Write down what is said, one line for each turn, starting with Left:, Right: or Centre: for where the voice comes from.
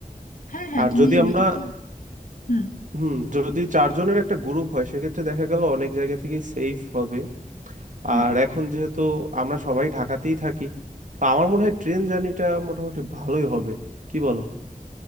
Left: হ্যাঁ হ্যাঁ
Right: আর
Left: তুমি
Right: যদি আমরা
Left: তো হুম
Right: হুম যদি চারজনের একটা গ্রুপ হয় সেক্ষেত্রে দেখা গেল অনেক জায়গা থেকেই সেফ হবে আর
Left: হ্যাঁ
Right: এখন যেহেতু আমরা সবাই ঢাকাতেই থাকি তো আমার মনে হয় ট্রেন জার্নিটা মোটামুটি ভালোই হবে কি বলো